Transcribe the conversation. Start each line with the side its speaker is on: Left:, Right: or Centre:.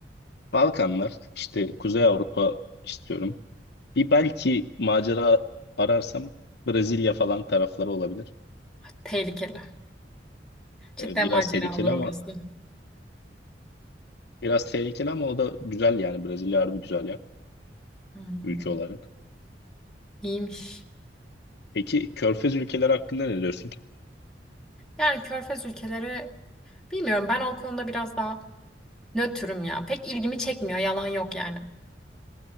Left: Balkanlar, işte Kuzey Avrupa istiyorum. Bir belki macera ararsam Brezilya falan tarafları olabilir.
Centre: Ah, Tehlikeli. Cidden
Left: Ee, biraz
Centre: macera
Left: tehlikeli
Centre: olur orası.
Left: ama biraz tehlikeli ama o da güzel yani Brezilya harbi güzel yer
Centre: Anladım.
Left: ülke olarak.
Centre: İyiymiş.
Left: Peki Körfez ülkeleri hakkında ne diyorsun?
Centre: Yani Körfez ülkeleri bilmiyorum ben o konuda biraz daha nötrüm ya. Pek ilgimi çekmiyor yalan yok yani.